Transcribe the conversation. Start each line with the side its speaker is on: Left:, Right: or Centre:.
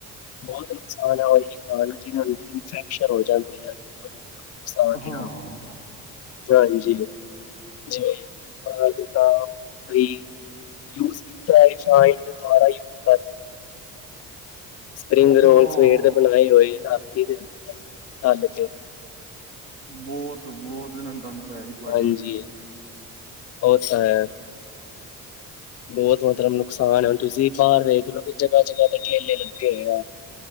Left: ਬਹੁਤ ਨੁਕਸਾਨ ਹੈ ਉਇਲੀ ਖਾਣ ਜਿਵੇਂ ਅੰਦਰ ਇਨਫੈਕਸ਼ਨ ਹੋ ਜਾਂਦੇ ਆ ਲੀਵਰ ਨੂੰ ਬਹੁਤ ਨੁਕਸਾਨ
Right: ਹਾਂ
Left: ਆ ਹਾਂਜੀ, ਜਿਵੇਂ ਕਿਤਾ ਵੀ ਯੂਜ ਕੀਤਾ ਹੋਇਆ ਰਿਫਾਇੰਡ, ਦੁਬਾਰਾ ਯੂਜ ਕਰ ਲੈਂਦੇ ਆ ਸਪਰਿੰਗ
Right: ਹਾਂ
Left: ਰੋਲ ਸਵੇਰ ਤੇ ਬਣਾਈ ਹੋਈ, ਰਾਤੀ ਦਿੰਦੇ ਆ ਤਲ ਕੇ
Right: ਬਹੁਤ-ਬਹੁਤ ਨੰਦ ਨੂੰ ਪਾਇਆ ਜੀ ਭਾਜੀ
Left: ਹਾਂਜੀ, ਉਹ ਤਾਂ ਹੈ ਬਹੁਤ ਮਤਲਬ ਨੁਕਸਾਨ ਹੈ ਹੁਣ ਤੁਸੀਂ ਬਾਹਰ ਵੇਖ ਲਓ ਵੀ ਜਗ੍ਹਾ-ਜਗ੍ਹਾ ਤੇ ਠੇਲੇ ਲੱਗੇ ਹੋਏ ਆ